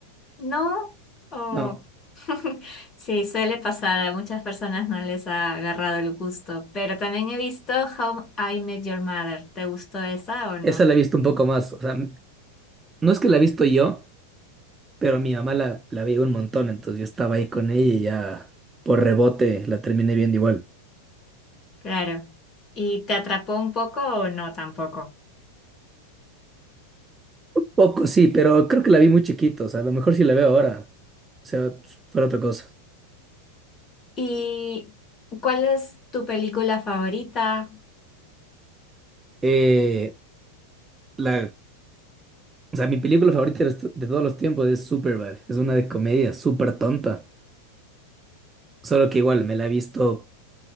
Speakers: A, on the left (about 25°); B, on the right (about 15°).
A: ¿no? Oh.
B: No,
A: <laughs> Sí, suele pasar, a muchas personas no les ha agarrado el gusto, pero también he visto How I Met Your Mother. ¿Te gustó esa o no?
B: esa la he visto un poco más. O sea, m- no es que la he visto yo, pero mi mamá la, la veía un montón, entonces yo estaba ahí con ella y ya por rebote la terminé viendo igual.
A: Claro. ¿Y te atrapó un poco o no tampoco?
B: Poco, sí, pero creo que la vi muy chiquito, o sea, a lo mejor si la veo ahora, o sea, fuera otra cosa.
A: ¿Y cuál es tu película favorita?
B: Eh, la, o sea, mi película favorita de los- de todos los tiempos es Superbad, es una de comedia súper tonta, solo que igual me la he visto